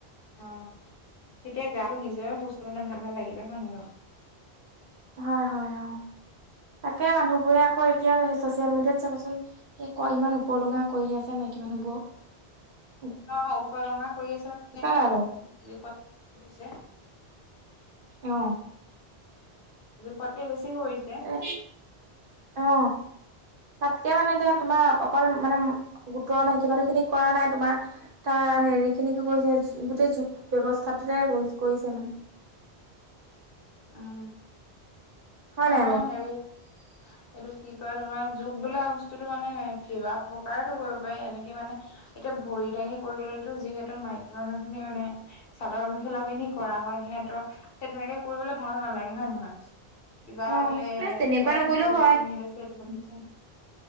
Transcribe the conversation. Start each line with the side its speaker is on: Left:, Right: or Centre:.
Left: অ এতিয়া গাটো নিজৰে সুস্থ মানে ভাল ভাল লাগিবা নহয় নহয় ন।
Right: হয় হয় অ। তাকে মানুহবোৰে আকৌ এতিয়া চচিয়েল মিডিয়াত চাবাচোন ইমান উপলুঙা কৰি আছে। মাইকি মানুহ বোৰক।
Left: অ উপলঙা কৰি আছে মানে
Right: নাই বাৰু?
Left: জোখত গৈছে।
Right: অ
Left: যোখত কে বেছি। কৰিছে
Right: এ অ তাতকে মানে এতিয়া তোমাৰ। অকল মানে গোটৰ মাইকি মানুহ খিনি কৰা নাই তোমাৰ তাৰ হেৰি খিনিকো কৰিছে গোটেই যোগ ব্যস্থাতে কৰিছে <unintelligible>
Left: উম
Right: হয়
Left: মানে
Right: নাই বাৰু?
Left: হেৰি।
Right: <inaudible>
Left: এইটো কি কয় তোমাৰ যুগ বোলা বস্তুতটো মানে কিবা প্ৰকাৰেতো কৰিব পাৰি এনেকে মানে এতিয়া ভৰি দাঙি কৰিবলেতো যিহেতু মাইকী মানুহ খিনি মানে চাদৰ মেখেলা পিন্ধি কৰা হয় সেতে, সেই তেনেকে কৰিবলে ভাল নালাগে হয় নহয়। কিবা
Right: অ',
Left: বোলে
Right: নাই তেনেকুৱা
Left: পেন
Right: নকৰিলেও
Left: কুৰ্তি
Right: হয়
Left: পিন্ধি লৈছে <unintelligible>